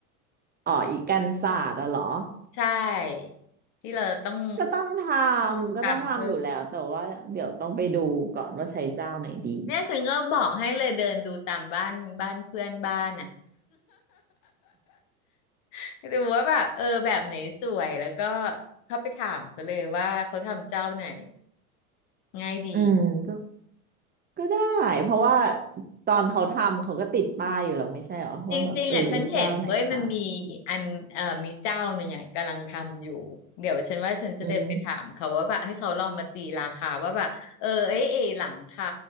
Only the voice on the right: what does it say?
อ๋ออีกกันศาสตร์อะเหรอ
ก็ต้องทำก็ต้องทำอยู่แล้วแต่ว่าเดี๋ยวต้องไปดูก่อนว่าใช้เจ้าไหนดี
อืมก็ก็ได้เพราะว่าตอนเขาทำเขาก็ติดป้ายอยู่แล้วไม่ใช่เหรอว่าแบบเออเจ้าไหนท
ำอืม